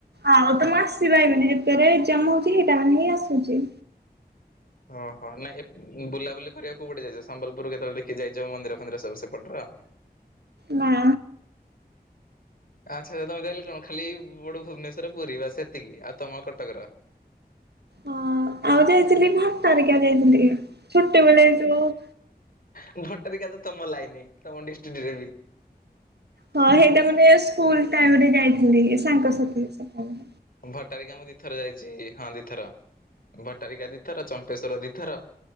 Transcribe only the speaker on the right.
ଆଉ ତମେ ଆସିବା ଏଇ ମାନେ ଯେତେବେଳେ ଏଜାମ ହଉଛି ସେଇଟା ମାନେ ହିଁ ଆସୁଛି।
ନା।
ହଁ ଆଉ ଯାଇଥିଲି ଘଟାରିକା ଯାଇଥିଲି ଛୋଟେ ବେଳେ ଏଯୋଉ
ହଁ ସେଇଟା ମାନେ ସ୍କୁଲ ଟାଇମ ରେ ଯାଇଥିଲି ସାଙ୍ଗସାଥି ସକାଳେ।